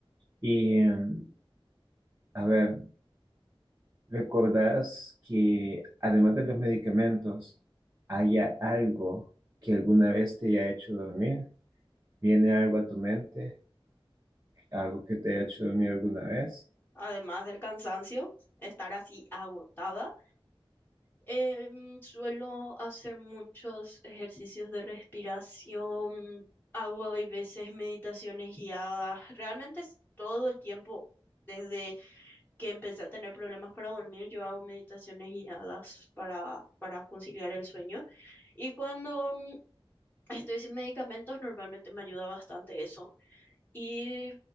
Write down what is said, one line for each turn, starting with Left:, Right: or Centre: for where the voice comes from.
Right: Y, em, a ver, ¿recordás que además de los medicamentos, haya algo que alguna vez te haya hecho dormir? ¿Viene algo a tu mente? ¿Algo que te haya hecho dormir alguna vez?
Left: además del cansancio, estar así agotada. Eh, suelo hacer muchos ejercicios de respiración, hago a veces meditaciones guiadas. Realmente es todo el tiempo, desde que empecé a tener problemas para dormir, yo hago meditaciones guiadas para, para conciliar el sueño. Y cuando mm, estoy sin medicamentos, normalmente me ayuda bastante eso. Y